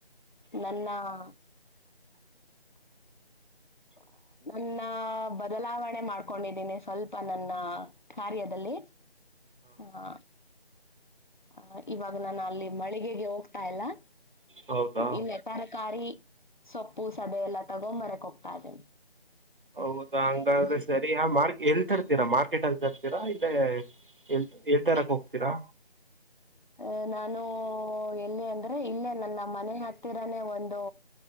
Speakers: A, on the left; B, on the right.
A: ನನ್ನ, <inaudible> <inaudible> ನನ್ನ ಬದಲಾವಣೆ ಮಾಡ್ಕೊಂಡಿದ್ದೀನಿ ಸ್ವಲ್ಪ ನನ್ನ ಕಾರ್ಯದಲ್ಲಿ. ಹಾ, ಆ ಇವಾಗ ನಾನು ಅಲ್ಲಿ ಮಳಿಗೆಗೆ ಹೋಗ್ತಾ ಇಲ್ಲ.
B: ಹೌದಾ
A: ಇ ತರಕಾರಿ ಸೊಪ್ಪು ಸದೆ ಎಲ್ಲ ತಗೊಂಡ್ ಬರಕೋಗ್ತಾ ಇದೆ
B: ಹೌದಾ ಹಂಗಾದ್ರೆ ಸರಿ ಆ ಮಾರ್ ಎಲ್ ತರ್ತೀರಾ ಮಾರ್ಕೆಟ್ ಅಲ್ಲಿ ತರ್ತೀರಾ ಇಲ್ಲೇ ಎ ಎಳ್ ತರಕ್ ಹೋಗ್ತೀರಾ
A: ಅ ನಾನು ಎಲ್ಲಿ ಅಂದ್ರೆ ಇಲ್ಲೇ ನನ್ನ ಮನೆ ಹ ಹತ್ತಿರನೇ ಒಂದು